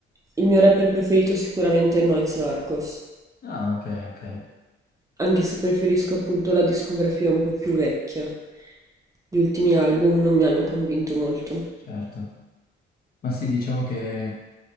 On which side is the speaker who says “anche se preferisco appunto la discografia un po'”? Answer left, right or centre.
Right